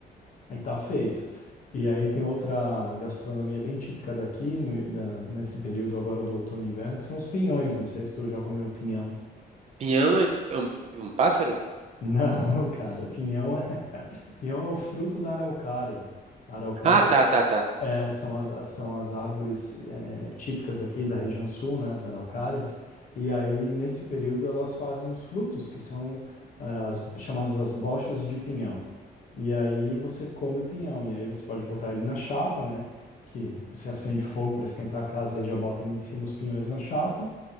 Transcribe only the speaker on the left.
aí tá feito. E aí tem outra gastronomia bem típica daqui, no- da- nesse período agora do outono e inverno, que são os pinhões, não sei se tu já comeu pinhão.
<laughs> Não, cara, pinhão é, <laughs> pinhão é o fruto da araucária. A araucária
É, são as, as- são as árvores é, típicas aqui da região sul, né, as araucárias, e aí nesse período elas fazem os frutos, que são ah, as, chamadas as bochas de pinhão. E aí você come o pinhão, e aí você pode botar ele na chapa, né, que você acende fogo para esquentar a casa e aí já bota ali em cima os pinhões na chapa,